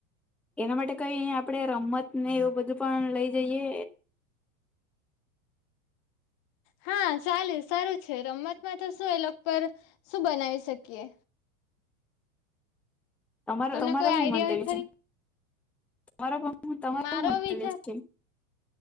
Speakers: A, in the centre; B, on the left (about 50°).
A: એના માટે કઈ આપડે રમત ને એવું બધું પણ લઈ જઈએ.
B: હા ચાલે સારું છે રમતમાં તો શું એ લોકો પર શું બનાવી શકીએ.
A: તમારો
B: તમને
A: તમારો
B: કોઈ
A: હું
B: આઈડિયા
A: મંતવ્ય
B: હોય ખરી
A: છે તમારો તમારો
B: મારો
A: હું મંતવ્ય
B: વિચાર
A: છે.